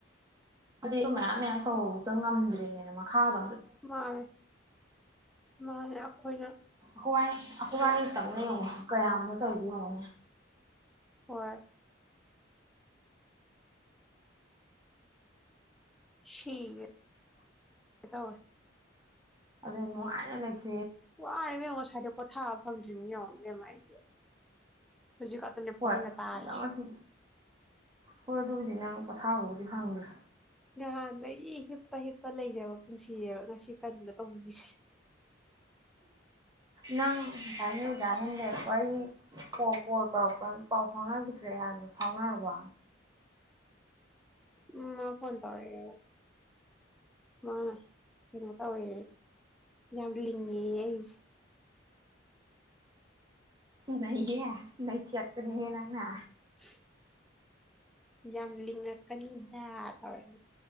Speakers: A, on the right; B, in the centre.
A: ꯑꯗꯨꯗꯤ ꯃꯌꯥꯝ ꯃꯌꯥꯝ ꯇꯧꯍꯧꯕꯗ ꯉꯝꯗ꯭ꯔꯦꯅ ꯃꯈꯥꯗ
B: ꯃꯥꯅꯦ ꯃꯥꯅꯦ ꯑꯈꯣꯏꯅ
A: ꯈꯋ꯭ꯥꯏꯅꯤ ꯑꯈꯣꯢꯕꯅꯤ ꯇꯪꯅꯥ ꯌꯦꯡꯉꯣ ꯀꯌꯥꯅꯣ ꯇꯧꯔꯤꯗꯣ ꯌꯦꯡꯉꯣꯅꯦ
B: ꯍꯣꯏ ꯁꯤꯒꯦ ꯇꯧꯑꯦ
A: ꯑꯗꯨꯅꯦ ꯅꯨꯡꯥꯏꯅ ꯂꯩꯊꯣꯛ
B: ꯋꯥꯔꯦ ꯏꯕꯦꯝꯃꯥ ꯉꯁꯥꯏꯗꯣ ꯄꯣꯊꯥꯕ ꯐꯪꯗ꯭ꯔꯤꯃꯤ ꯌꯦꯡꯉꯣ ꯏꯕꯦꯝꯃꯥ ꯑꯩꯗꯤ ꯍꯧꯖꯤꯛ ꯈꯛꯇꯅꯦ
A: ꯍꯣꯏ
B: ꯐꯃꯨꯡꯗ ꯇꯥꯔꯤꯁꯦ
A: ꯅꯪ ꯉꯥꯁꯤ ꯍꯣꯏ ꯑꯗꯨꯕꯨꯗꯤ ꯅꯪ ꯄꯣꯊꯥꯕꯕꯨꯗꯤ ꯐꯪꯗ꯭ꯔꯦ
B: ꯉꯍꯥꯟꯗꯒꯤ ꯍꯤꯞꯄ ꯍꯤꯞꯄ ꯂꯩꯖꯕ ꯄꯨꯟꯁꯤꯅꯦꯕ ꯉꯁꯤ ꯀꯔꯤꯅꯣ ꯇꯧꯕꯤꯔꯤꯁꯦ
A: ꯅꯪ ꯉꯁꯥꯏ ꯅꯣꯏꯗꯍꯦꯅ ꯂꯩꯔꯛꯄꯩ <unintelligible> ꯐꯣꯅ ꯀꯣꯜ ꯇꯧꯔꯛꯄ ꯄꯥꯎ ꯐꯥꯎꯅꯈꯤꯗ꯭ꯔꯦ ꯍꯥꯏꯕꯗꯨ ꯐꯥꯎꯅꯔꯕꯣ
B: ꯎꯝ ꯃꯥ ꯐꯣꯟ ꯇꯧꯔꯛꯑꯦ ꯃꯅꯥ ꯀꯩꯅꯣ ꯇꯧꯋꯦ ꯌꯥꯝ ꯂꯤꯡꯉꯦ ꯑꯩꯁꯦ
A: ꯅꯩꯌꯦ ꯅꯩꯊꯦꯛꯄꯅꯤꯅꯦ ꯅꯪꯅ
B: <inaudible> ꯌꯥꯝ ꯂꯤꯡꯉꯛꯀꯅꯨꯗ ꯇꯧꯔꯛ